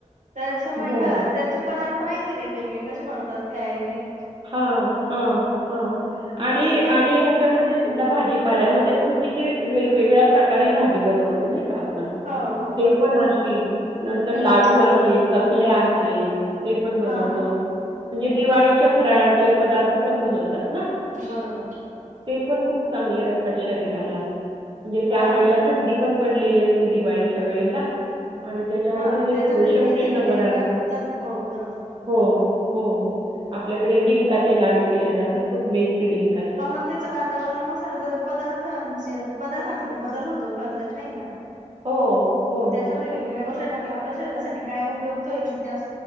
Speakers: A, on the right; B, on the right.
A: त्याच्यामुळे
B: बरं,
A: हा
B: बरं.
A: त्याच्या पदार्थ माहिती वेगवेगळे कसे बनवतात काय नाही.
B: हा हा हा आणि
A: या
B: आणि याच्या मध्ये सुद्धा भाजीपाल्यामध्ये पण किती वेगवेगळ्या प्रकारे भाजी बनवतो नाही का! प
A: हो हो बरोबर
B: ते पण आहे नंतर
A: हम्म
B: लाडू आहे, चकल्या आहेत, ते पण बनवतो.
A: हा हा
B: म्हणजे दिवाळीच्या फराळाचे पदार्थ पण बनवतात ना?
A: बरोबर!
B: ते पण खूप चांगल असतात शरीराला जे त्यावेळेला
A: हा
B: थंडी पण पडलेली असते दिवाळीच्या वेळेला. आणि त्याच्यामुळे
A: हा
B: हे
A: त्याच्यामध्ये
B: थोडेसे
A: मेथी
B: उष्ण
A: वगैरे
B: पदार्थ
A: टाकतात
B: हो
A: बरोबर
B: हो. आपल्याकडे डिंकाचे लाडू केले जातात बघ मेथी डिंक.
A: ह मग त्याच वातावरणानुसार पदार्थांचे पदार्थांचा पण बदल होतो करण्यात नाही का?
B: हो हो.
A: मग त्याच्यामध्ये वेगवेगळ्या गोष्ट टाकल्या आपल्या शरीरासाठी काय उपयोग होईल. त्या